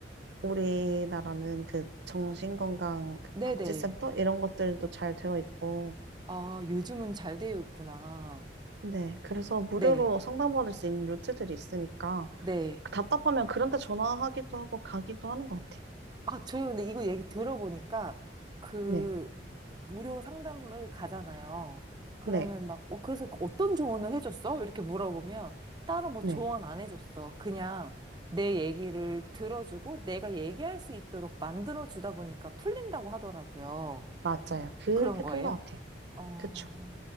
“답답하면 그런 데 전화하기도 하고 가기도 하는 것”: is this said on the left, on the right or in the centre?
Right